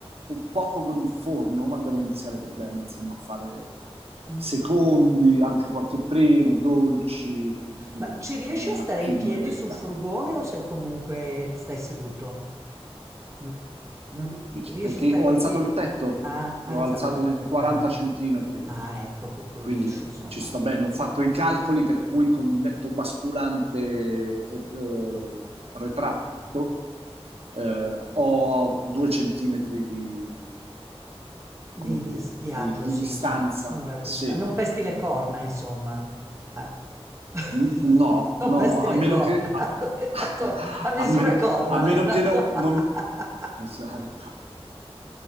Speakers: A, on the right; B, on the right.
A: poco con il forno, ma devo iniziare per bene, insomma, a fare
B: Ah.
A: secondi, anche qualche primo, dolci e chi più,
B: Ma ci riesci
A: ne ha
B: a stare
A: più
B: in piedi
A: me metta.
B: sul furgone o sei comunque stai seduto? No. Non ri-
A: Dici,
B: riesci
A: Perché
B: a stare
A: ho
B: in
A: alzato
B: piedi?
A: il tetto,
B: Ah,
A: l'ho
B: hai alzato
A: alzato
B: il
A: di
B: tetto.
A: 40
B: Ah,
A: centimetri,
B: ah, ecco, per cui
A: quindi
B: riesci, insomma.
A: ci sto bene. Ho fatto i calcoli per cui con il letto basculante eh, eh, retratto eh, ho due centimetri di, come
B: Di,
A: dire,
B: di, di
A: di,
B: agio,
A: di
B: sì,
A: distanza,
B: insomma, non vai a
A: sì.
B: pesta- non pesti le corna, insomma. Eh. <laughs>
A: N- No,
B: Non
A: no,
B: pesti
A: a
B: le
A: meno
B: corna,
A: che, a,
B: <laughs> l'hai
A: <laughs>
B: fatto a misura
A: a meno,
B: corna,
A: a meno
B: l'hai fatto.
A: che no- non,
B: <laughs>
A: esatto.